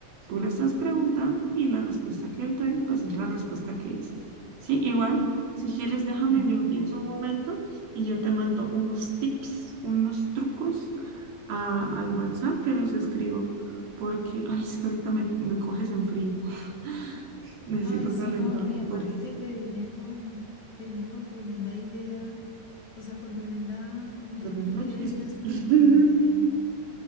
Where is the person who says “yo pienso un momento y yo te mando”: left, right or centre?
Right